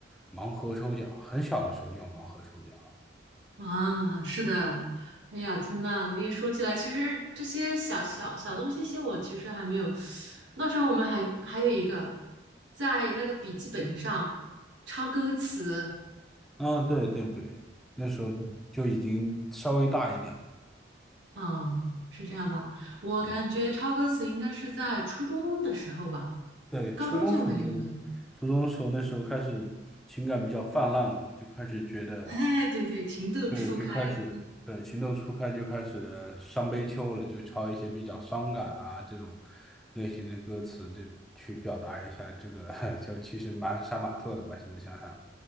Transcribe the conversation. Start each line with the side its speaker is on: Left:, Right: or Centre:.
Centre: 盲盒抽奖，很小的时候就有盲盒抽奖。
Right: 啊，是的，哎呀，天呐，你一说起来，其实这些小小小东西，些我其实还没有。那时候我们还还有一个，在那个笔记本上抄歌词，
Centre: 嗯，对对对，那时候就就已经稍微大一点
Right: 啊，是这样吧？我感觉抄歌词应该是在初中的时候吧，
Centre: 了啊。对，
Right: 高中就没有了。
Centre: 初中时候就，初中时候那时候开始情感比较泛滥了嘛，就开始觉得
Right: 哎，对对，情窦初开，
Centre: 就就开始对情窦初开，就开始伤悲秋了，就抄一些比较伤感啊这种类型的歌词，就去表达一下这个，<laughs> 就其实蛮杀马特的吧，现在想想。